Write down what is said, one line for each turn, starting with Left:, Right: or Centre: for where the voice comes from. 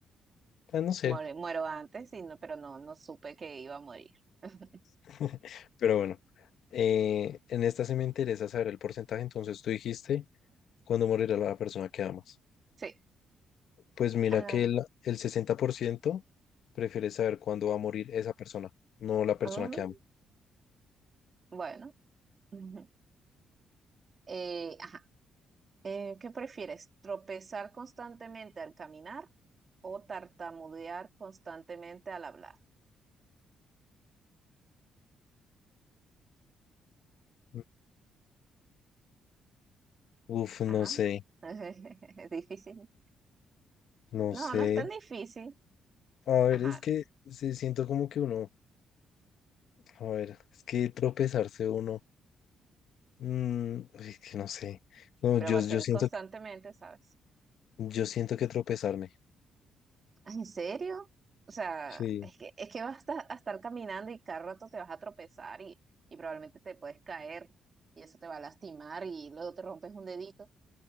Left: Ah, no sé,
Right: muero, muero antes, y no, pero no, no supe que iba a morir. <laughs>
Left: <laughs> pero bueno. eh, en esta sí me interesa saber el porcentaje, entonces tú dijiste cuándo morirá la persona que amas.
Right: Sí.
Left: Pues mira
Right: Ah,
Left: que el, el 60% prefiere saber cuándo va a morir esa persona, no la persona
Right: ah,
Left: que ama.
Right: bueno. Ujú. Eh, ajá. Eh, ¿qué prefieres? ¿Tropezar constantemente al caminar o tartamudear constantemente al hablar?
Left: Mm. Uf,
Right: Ajá.
Left: no sé,
Right: <laughs> Es difícil.
Left: no sé.
Right: No, no es tan difícil.
Left: A ver,
Right: Ajá,
Left: es que se siento como que uno, a ver, es que tropezarse uno, mm, uy, es que no sé. No,
Right: pero
Left: yo,
Right: va a
Left: yo
Right: ser
Left: siento
Right: constantemente, ¿sabes?
Left: Yo siento que tropezarme.
Right: Ah, ¿En serio? O sea,
Left: Sí.
Right: es que, es que vas a, a estar caminando y cada rato te vas a tropezar y, y probablemente te puedes caer y eso te va a lastimar y luego te rompes un dedito.